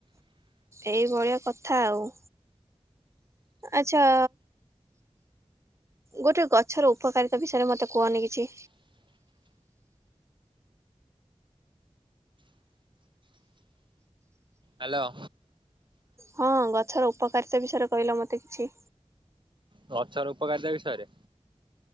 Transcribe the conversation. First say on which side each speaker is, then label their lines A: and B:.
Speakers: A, on the right; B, on the right.
A: ଏଇଭଳିଆ କଥା ଆଉ ଆଚ୍ଛା। ଗୋଟେ ଗଛର ଉପକାରିତା ବିଷୟରେ ମୋତେ କୁହନି କିଛି?
B: ହାଲୋ।
A: ହଁ ଗଛର ଉପକାରିତା ବିଷୟରେ କହିଲ ମୋତେ କିଛି।
B: ଗଛ ର ଉପକାରିତା ବିଷୟ ରେ।